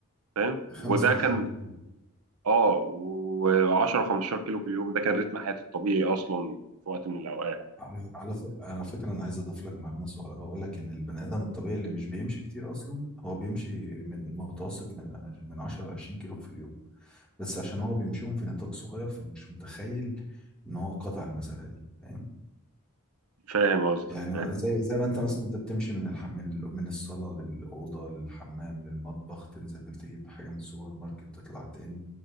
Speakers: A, on the right (about 85°); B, in the centre.
A: فاهم
B: 25
A: وده كان
B: كيلو
A: اه و10 15 كيلو في اليوم ده كان رتم حياتي الطبيعي اصلا في وقت من الاوقات
B: على على ف- على فكرة أنا عايز أضيف لك معلومة صغيرة وأقول لك إن البني آدم الطبيعي اللي مش بيمشي كتير أصلا هو بيمشي من متوسط من من 10 ل 20 كيلو في اليوم بس عشان هو بيمشيهم في نطاق صغير فمش متخيل إن هو قطع المسافة دي فاهم
A: فاهم قصدك
B: يعني ما-
A: فاهم
B: زي زي ما انت مثلا انت بتمشي من الح... من ال- من الصاله للاوضه للحمام للمطبخ تنزل تجيب حاجه من السوبر ماركت تطلع تاني